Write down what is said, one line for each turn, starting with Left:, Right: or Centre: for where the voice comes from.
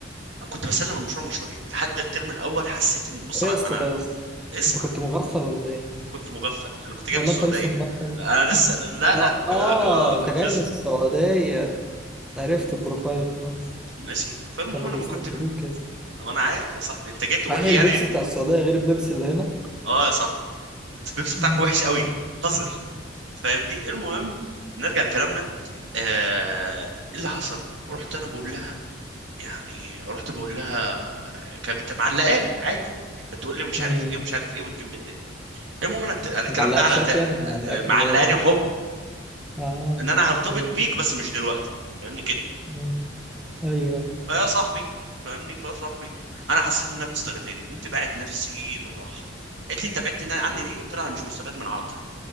Right: كنت بسلم المشروع مشروعين لحد الترم الاول حسيت ان بص
Centre: ايه
Right: انا
Centre: يا اسطى
Right: انا
Centre: ده يا اسطى
Right: اسمع
Centre: انت كنت مغفل ولا ايه؟
Right: كنت مغفل لان كنت جاي
Centre: ولا
Right: من السعوديه
Centre: انت لسه مغفل يعني؟
Right: انا لسه
Centre: اه
Right: لا
Centre: آه،
Right: لا ك-
Centre: آه،
Right: ك-
Centre: انت
Right: كنت
Centre: جاي
Right: لسه
Centre: من السعودية عرفت
Right: مم،
Centre: البروفايل خلاص
Right: ماشي فالمهم
Centre: كانوا
Right: انا
Centre: بيستغفلوك
Right: ما كنت
Centre: يا اسطى
Right: وانا عارف يا صاحبي انت جاي تقول
Centre: صحيح البيبسي
Right: لي يعني
Centre: بتاع السعودية غير البيبسي اللي هنا
Right: اه يا صاحبي البيبس بتاعك
Centre: ماشي
Right: وحش قوي
Centre: كمل
Right: قذر فاهمني المهم نرجع لكلامنا آه... ايه اللي حصل رحت انا بقول لها يعني رحت بقول لها كانت بت- معلقاني عادي بتقول لي مش
Centre: مم.
Right: عارف ايه ومش عارف ايه وتجيب لي هديه المهم انا الت- الكلام
Centre: معلقاك
Right: ده على
Centre: شات
Right: تارة
Centre: يعني ولا معلقاك
Right: معلقاني
Centre: اللي هو
Right: حب
Centre: اه
Right: ان
Centre: اوكي
Right: انا هرتبط بيك بس مش دلوقتي فاهمني كده
Centre: مم. ايوه ايوه
Right: فيا صاحبي فاهمني فيا صاحبي انا حسيت انها بتستغلني قمت باعد نفسي بالراحه قالت لي انت بعدت عني ليه قلت لها انا مش مستفاد من علاقتنا